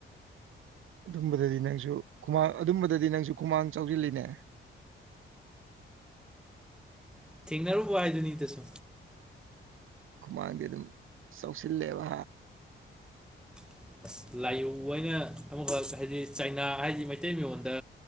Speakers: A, on the right; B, in the centre.
A: ꯑꯗꯨꯝꯕꯗꯗꯤ ꯅꯪꯁꯨ ꯈꯨꯃꯥꯡ ꯑꯗꯨꯝꯕꯗꯗꯤ ꯅꯪꯁꯨ ꯈꯨꯃꯥꯡ ꯆꯥꯎꯁꯤꯜꯂꯤꯅꯦ
B: ꯊꯦꯡꯅꯔꯨꯕ ꯍꯥꯏꯗꯨꯅꯤꯗꯁꯨ
A: ꯈꯨꯃꯥꯡꯗꯤ ꯑꯗꯨꯝ ꯆꯥꯎꯁꯤꯜꯂꯦꯕ
B: <inaudible> ꯂꯥꯏꯌꯧ ꯑꯣꯏꯅ ꯑꯃꯈꯛ ꯍꯥꯏꯗꯤ ꯆꯩꯅꯥ ꯍꯥꯏꯗꯤ ꯃꯩꯇꯩ ꯃꯌꯣꯟꯗ